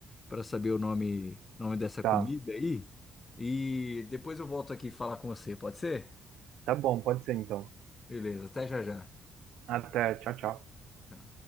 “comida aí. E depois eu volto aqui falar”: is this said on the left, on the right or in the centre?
Left